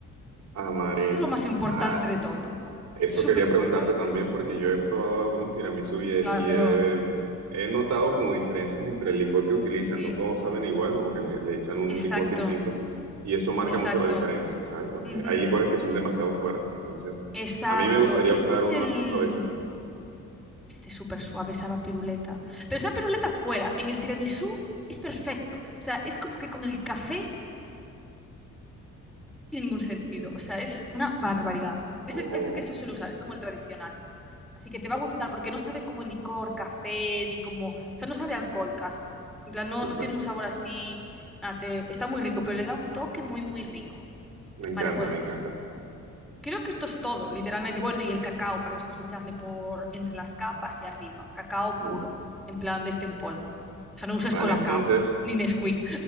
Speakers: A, on the right; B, in the centre.
A: Amaretto.
B: Esto es lo más importante
A: Ah, sí.
B: de todo.
A: Eso
B: Súper
A: quería
B: importante.
A: preguntarte también porque yo he probado algunos tiramisú y, he,
B: Claro,
A: y he- he notado como diferencias entre el licor que utilizan.
B: sí,
A: No todos saben igual, como que le, le echan un
B: exacto,
A: licor distinto y eso marca
B: exacto.
A: mucho la diferencia, ¿sabes? Porque
B: Ujú,
A: hay licores que son demasiado fuertes. Entonces,
B: Exacto.
A: a mí me gustaría
B: Este
A: usar
B: es
A: uno
B: el...
A: así suavecito.
B: Este es súper suave, esa piruleta. Pero esa piruleta fuera, en el tiramisú, es perfecto. O sea, es como que con el café tiene ningún sentido.
A: Sí.
B: O sea, es una barbaridad.
A: Oh,
B: Es el, es el que se suele usar, es como el tradicional. Así que te va a gustar porque no sabe como licor, café, ni como... O sea, no sabe a alcohol casi. En plan, no,
A: súper.
B: no tiene un sabor así... Nada, te- está muy rico, pero le da un toque muy, muy rico.
A: Me encanta,
B: Vale, pues
A: me encanta.
B: creo que esto es todo, literalmente. Bueno, y el cacao para después echarle por entre las capas y arriba. Cacao
A: Uh,
B: puro, en plan de este en polvo. O sea, no uses
A: Vale,
B: colacao,
A: entonces,
B: ni Nesquik.